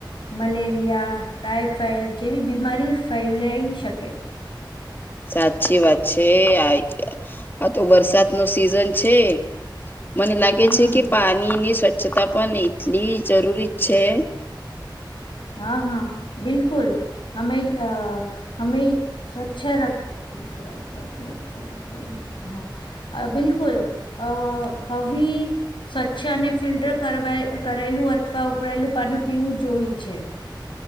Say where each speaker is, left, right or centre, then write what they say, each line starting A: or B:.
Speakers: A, on the left; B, on the left.
A: મલેરિયા ટાઈફાઈડ જેવી બીમારી ફેલાઈ શકે.
B: સાચી વાત છે આ આ તો વરસાદ નો સિઝન છે. મને લાગે
A: હમ
B: છે કે પાણીની સ્વચ્છતા પણ એટલી જરૂરી છે.
A: હા હા બિલકુલ. હમે અ હમે સ્વચ્છ રખ કર હા બિલકુલ અ હવી સ્વચ્છ અને ફિલ્ટર કરેલું અથવા ઉકળેલું પાનું પીવું જોઈ છે.